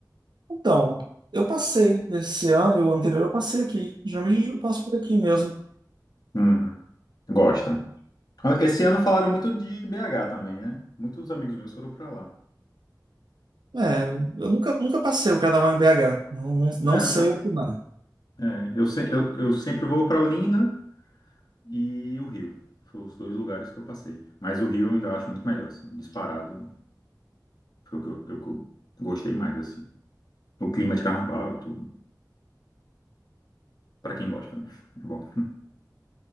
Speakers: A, on the right; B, on the left.
A: Então, eu passei esse ano e o anterior eu passei aqui. Geralmente eu passo por aqui mesmo.
B: Uhum. Gosta. Esse ano falaram muito de BH também, né? Muitos amigos meus foram pra lá.
A: É, eu nunca, nunca passei o carnaval em BH. Não, não,
B: É,
A: não sei
B: eu, também-
A: opinar.
B: é, eu, se- eu- eu sempre vou pra Olinda e o Rio. Foram os dois lugares que eu passei. Mas o Rio eu ainda acho muito melhor, assim, disparado, Foi o que eu, o que eu gostei mais, assim. O clima de carnaval e tudo. Pra quem gosta, né? É bom.